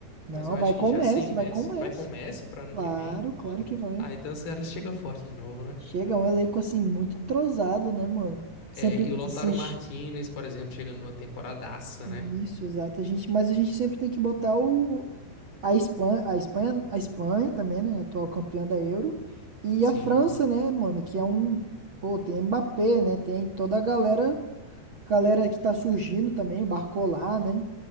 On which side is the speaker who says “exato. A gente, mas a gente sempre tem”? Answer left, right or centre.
Right